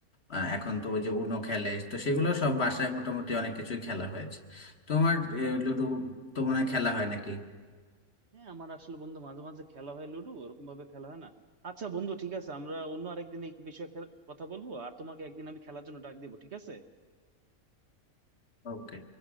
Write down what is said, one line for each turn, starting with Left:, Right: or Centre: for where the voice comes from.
Left: আহ, এখন তো ওই যে উনো খেলে তো সেগুলো সব বাসায় মোটামুটি অনেক কিছুই খেলা হয়েছে তোমার আহ, লুডো তো মনে হয় খেলা হয় নাকি
Right: হ্যাঁ আমার আসলে বন্ধু মাঝে মাঝে খেলা হয় লুডো ওরকম ভাবে খেলা হয় না আচ্ছা বন্ধু ঠিক আছে আমরা অন্য আরেকদিন এই বিষয়ে খে- কথা বলবো আর তোমাকে একদিন আমি খেলার জন্য ডাক দিব ঠিক আছে
Left: ওকে